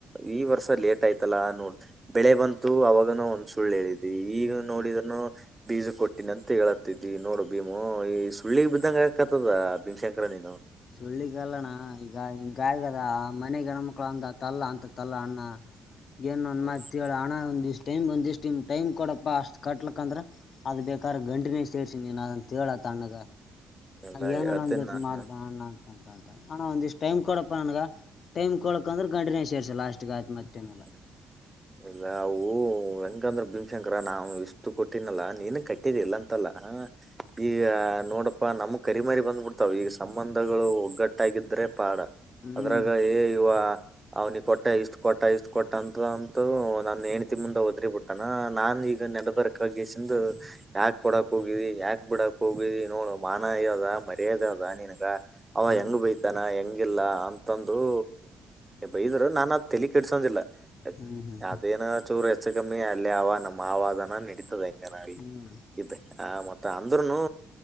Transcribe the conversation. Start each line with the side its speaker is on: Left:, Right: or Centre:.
Right: ಈ ವರ್ಷ ಲೇಟ್ ಆಯ್ತಲ್ಲಾ ನೋಡ ಬೆಳೆ ಬಂತು ಅವಾಗನು ಒಂದ್ ಸುಳ್ಳ ಹೇಳಿದಿ. <inaudible> ಈಗ
Left: ಹ್ಮ್
Right: ನೋಡಿದರನು. <inaudible> ಬೀಜಕ್ಕ ಕೊಟ್ಟಿನ ಅಂತ ಹೇಳತ್ತಿದಿ ನೋಡು ಭೀಮು ಈ ಸುಳ್ಳಿಗ್ ಬಿದ್ದಂಗ ಆಕತದ ಭೀಮಶಂಕರ ನೀನು. <inaudible>
Left: ಸುಳ್ಳಿಗಲ್ಲ ಅಣ್ಣ ಈಗ ಹಿಂಗ ಆಗದ ಮನೆ ಗಣ ಮಕ್ಕಳು ಅಂದ ತಲ್ಲ ಅಂತ ತಲ್ಲ ಅಣ್ಣ. <inaudible> ಏನ್ ಅನತ್ತೀ
Right: ಹೌದು,
Left: ಹೇಳ್ ಅಣ್ಣಾ ಒಂದ ಇಷ್ಟ್ ಟೈಮ್ ಒಂದಿಷ್ಟ ಟೈಮ್ ಕೊಡಪ್ಪಾ ಅಷ್ಟ್ ಕಟ್ಲಕ್ ಅಂದ್ರ. <inaudible> ಅದ ಬೇಕಾದರ ಗಂಟಿನೇಷ್ಟ ಸೇರಸನಿ ನೀನ ಅದಂತ ಹೇಳೇಳ ತಣ್ಣಗ
Right: ಎಲ್ಲಾ
Left: ಏನನ
Right: ಹೇಳ್ತೇನ್
Left: ಒಂದ ಇಟ್ಟ
Right: ನಾನು
Left: ಮಾಡ. <inaudible> ಅಣ್ಣಾ ಅಂತ್ತದಾ <inaudible> ಅಣ್ಣಾ ಒಂದಿಷ್ಟ್ ಟೈಮ್ ಕೊಡಪ್ಪಾ ನನಗ ಟೈಮ್ ಕೊಡಕ ಅಂದ್ರೆ ಗಂಟನ್ಯಾಗ ಸೇರ್ಸ ಲಾಸ್ಟ್ ಗ ಆತ ಮತ್ತ ಏನ್
Right: ಹೌದು.
Left: ಇಲ್ಲ. <inaudible>
Right: ಇಲ್ಲ ಅವು ಹೆಂಗಂದ್ರ ಭೀಮಶಂಕರ ನಾವು ಇಷ್ಟು ಕೊಟ್ಟಿನಲ್ಲಾ ನೀನು ಕಟ್ಟಿದಿ ಇಲ್ಲ ಅಂತಲ್ಲ. <inaudible> ಈಗ ನೋಡಪ್ಪಾ ನಮ ಕರಿಮಾರಿ ಬಂದ್ಬಿಡ್ತಾವ ಈಗ ಸಂಬಂಧಗಳು ಒಗ್ಗಟ್ಟಾಗಿದ್ರೆ ಪಾಡ. <inaudible>
Left: ಹ್ಞೂ
Right: ಅದ್ರಾಗ ಏ ಇವ ಅವ್ನಿಗೆ ಕೊಟ್ಟ ಇಷ್ಟ್ ಕೊಟ್ಟ ಇಷ್ಟ್ ಕೊಟ್ಟ ಅಂತದ <inaudible> ತು ನನ್ನ ಹೆಂಡತಿ ಮುಂದ ವದರಿ ಬಿಟ್ಟನ ನಾನ್ ಈಗ ನೆನಬರಕಾಗ ಸಿಂದ <inaudible> ಯಾಕ ಕೊಡಕ್ ಹೋಗಿದಿ ಯಾಕ್ ಬಿಡಕ್ ಹೋಗಿದಿ ನೋಡ ಮಾನಯದ ಮರ್ಯಾದೆ ಅದ ನಿನಗ <inaudible> ಅವ
Left: ಹ್ಞೂ
Right: ಹೆಂಗ ಬಯದ <inaudible> ತನ ಹೆಂಗಿಲ್ಲ ಅಂತಂದರು ಬೈದರು ನಾನ್ ಅದ ತೇಲಿ ಕೇಡ್ಸೋಂದಿಲ್ಲ. <inaudible>
Left: ಹ್ಞೂ ಹ್ಞೂ
Right: ಅದೇನ ಚೂರ ಹೆಚ್ಚು ಕಮ್ಮಿ ಅಲ್ಲಿ ಅವ ನಮ್ಮ ಅದಾನ ನಡೀತದೆ ಹೆಂ <inaudible>
Left: ಹೂ <inaudible>
Right: ಇಬರೆ ಇದ್ದ ಆ ಮತ್ತ ಅಂದ್ರುನು